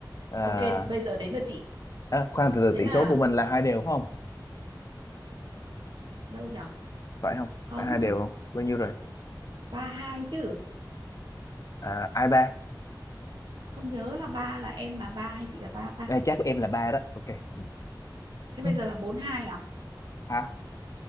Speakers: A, on the left (about 45°); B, on the right (about 75°).
A: à,
B: ok bây giờ đến lượt chị
A: à, khoan từ từ
B: thế
A: tỷ
B: là
A: số của mình là hai đều không
B: đâu nhở
A: phải không
B: không
A: phải hai đều không bao nhiêu rồi
B: ba hai chứ
A: à, ai ba
B: không nhớ là ba là em là ba hay chị là ba ta
A: à, chắc em là ba đó ok ừ.
B: thế bây
A: Hứ,
B: giờ là bốn hai à
A: <laughs> hả